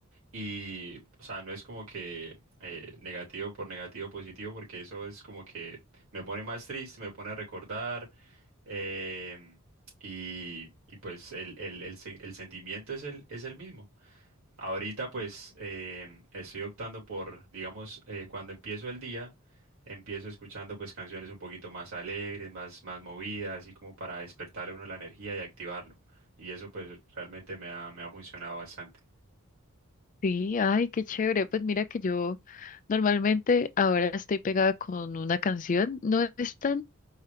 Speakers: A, on the right; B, on the left.
A: y, o sea, no es como que eh, negativo por negativo, positivo, porque eso es como que me pone más triste, me pone a recordar. em, y, y, pues el, el- el se- el sentimiento es el, es el mismo. Ahorita pues em, estoy optando por, digamos, eh, cuando empiezo el día, empiezo escuchando pues canciones un poquito más alegres, más, más movidas, así como para despertarle a uno la energía y activarlo. Y eso pues realmente me ha, me ha funcionado bastante.
B: Sí, ay, qué chévere. Pues mira que yo normalmente ahora estoy pegada con una canción. No es tan